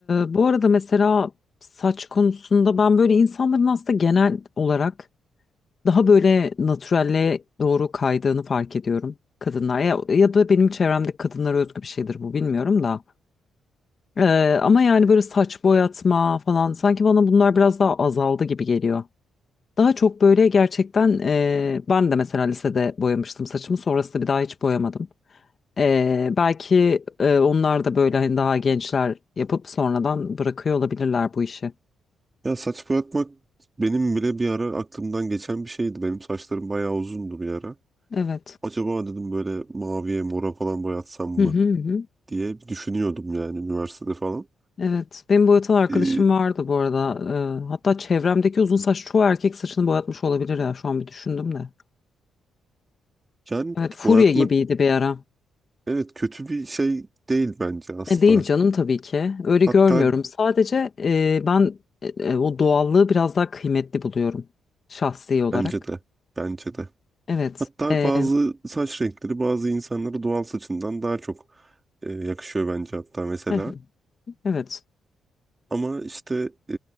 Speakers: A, on the left (about 45°); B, on the right (about 25°).
A: e, bu arada mesela saç konusunda ben böyle insanların aslında genel olarak daha böyle natürelle doğru kaydığını fark ediyorum kadınlar ya, ya da benim çevremdeki kadınlara özgü bir şeydir bu bilmiyorum da Ee, ama yani böyle saç boyatma falan sanki bana bunlar biraz daha azaldı gibi geliyor. Daha çok böyle gerçekten eee, ben de mesela lisede boyamıştım saçımı. Sonrasında bir daha hiç boyamadım. Eee, belki eee, onlar da böyle hani daha gençler yapıp sonradan bırakıyor olabilirler bu işi.
B: Ya saç boyatmak benim bile bir ara aklımdan geçen bir şeydi. Benim saçlarım bayağı uzundu bir ara.
A: Evet.
B: Acaba dedim böyle maviye mora falan boyatsam mı?
A: Hı hı hı.
B: diye düşünüyordum yani üniversitede falan.
A: Evet. Benim boyatan arkadaşım
B: Ee,
A: vardı bu arada. Eee, hatta çevremdeki uzun saç çoğu erkek saçını boyatmış olabilir ya şu an bir düşündüm de.
B: yani
A: Evet, furya
B: boyatmak
A: gibiydi bir ara.
B: evet kötü bir şey değil bence asla.
A: E, Değil canım tabii ki. Öyle
B: Hatta
A: görmüyorum. Sadece e, ben e, e, o doğallığı biraz daha kıymetli buluyorum şahsi olarak.
B: bence de bence de.
A: Evet.
B: Hatta
A: E,
B: bazı saç renkleri bazı insanlara doğal saçından daha çok e, yakışıyor bence hatta mesela.
A: eh, evet.
B: Ama işte e,